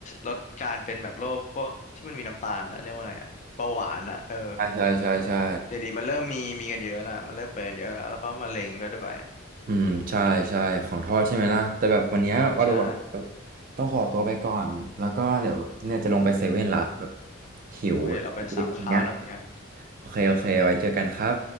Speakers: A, on the left; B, on the right.
A: ลดการเป็นแบบโรคพวกที่มันมีน้ำตาลนะเรียกว่าไงอะเบาหวานอะเออ
B: ใช่ใช่ใช่ใช่
A: เดี๋ยวนี้มันเริ่มมีมีกันเยอะละมันเริ่มเป็นกันเยอะแล้วแล้วก็มะเร็งก็ด้วย
B: อืมใช่ใช่ของทอดใช่ไหมล่ะแต่แบบวันเนี้ยวาโร
A: ใช่
B: ต้องขอตัวไปก่อนแล้วก็เดี๋ยวเนี่ยจะลงไปเซเว่นละแบบหิวแบบ
A: โอ้ยเดี๋ยวเราไปสั่งข้าวแล้วเหมือนกัน
B: <laughs> อะไรเงี้ยโอเคโอเคไว้เจอกันครับ